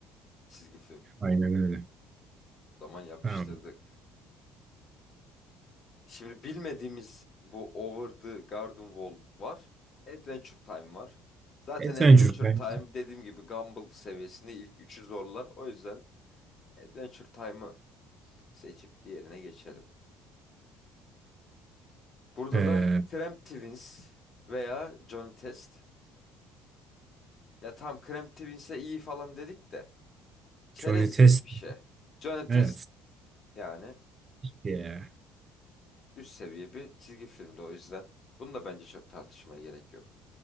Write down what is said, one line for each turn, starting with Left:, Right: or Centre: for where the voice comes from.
Left: çizgi film.
Right: Aynen öyle.
Left: Zaman
Right: Tamam.
Left: yapıştırdık. Şimdi bilmediğimiz bu Over the Garden Wall var. Adventure Time var. Zaten
Right: Adventure
Left: Adventure
Right: Time.
Left: Time dediğim gibi Gumball seviyesinde ilk üçü zorlar. O yüzden Adventure Time'ı seçip diğerine geçelim. Burada
Right: Ee,
Left: da Cramp Twins veya Johnny Test. Ya tam Cramp Twins'e iyi falan dedik de çerezlik
Right: Johnny Test.
Left: bir şey. Johnny
Right: Evet.
Left: Test yani
Right: Ya.
Left: üst seviye bir çizgi filmdi o yüzden. Bunu da bence çok tartışmaya gerek yok.